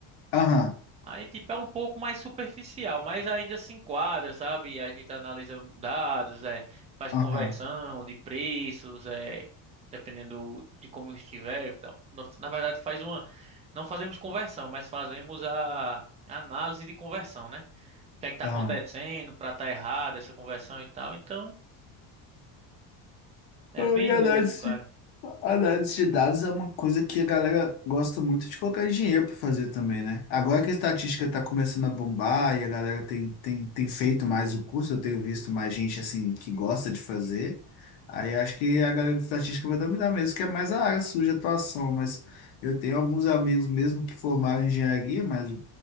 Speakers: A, on the left; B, on the right.
A: aham,
B: Aí, tipo, é um pouco mais superficial, mas ainda se enquadra, sabe? A gente analisa dados, é, faz
A: aham,
B: conversão de preços, é, dependendo de como estiver. e Na na verdade, faz uma, não fazemos conversão, mas fazemos a análise de conversão, né? O que é que tá
A: aham.
B: acontecendo para tá errado essa conversão e tal. Então, é
A: Ah,
B: bem
A: E análise,
B: louco, cara.
A: análise de dados é uma coisa que a galera gosta muito de colocar engenheiro para fazer também, né? Agora que a estatística está começando a bombar e a galera tem, tem, tem feito mais o curso, eu tenho visto mais gente assim que gosta de fazer. Aí acho que a galera de estatística vai dominar mesmo, que é mais a área suja, de atuação, mas eu tenho alguns amigos mesmo que formaram em engenharia, mas